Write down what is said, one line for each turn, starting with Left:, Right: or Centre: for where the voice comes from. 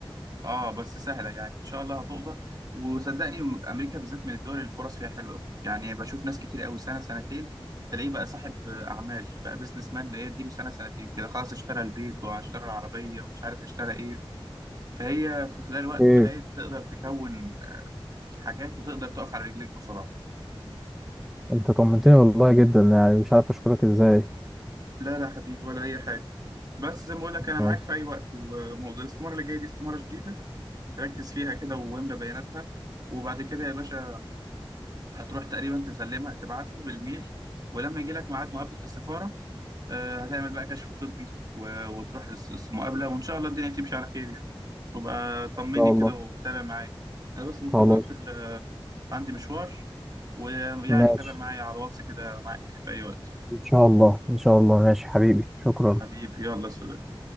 Right: اه بس سهله يعني ان شاء الله هتقضى وصدقني امريكا بالذات من الدول اللي الفرص فيها حلوه قوي يعني بشوف ناس كتير قوي سنه سنتين تلاقيه بقى صاحب اعمال بقى بيزنس مان اللي هي اديله سنه سنتين كده خلاص اشترى البيت واشترى العربيه ومش عارف اشترى ايه فهي في خلال وقت
Centre: ايه
Right: قليل بتقدر تكون حاجات وتقدر تقف على رجليك بسرعه
Centre: انت طمنتني والله جدا يعني مش عارف اشكرك ازاي
Right: لا لا حبيبي ولا اي حاجه بس زي ما بقول لك انا معاك
Centre: ماشي
Right: في اي وقت وموضوع الاستماره اللي جايه دي استماره جديده ركز فيها كده واملى بياناتها وبعد كده يا باشا هتروح تقريبا تسلمها تبعتها بالميل ولما يجي لك ميعاد مقابلة السفارة آه، هتعمل بقى كشف طبي و- وتروح الس- الس- المقابلة وإن شاء الله الدنيا تمشي على خير يعني وبقى طمني
Centre: ان شاء
Right: كده
Centre: الله
Right: وتابع معايا أنا بس مضطر
Centre: خلاص
Right: أقفل آه، عندي مشوار ويعني
Centre: ماشي
Right: تابع معايا على الواتس كده معاك في أي وقت
Centre: ان شاء الله ان شاء الله ماشي حبيبي شكرا
Right: حبيبي يلا سلام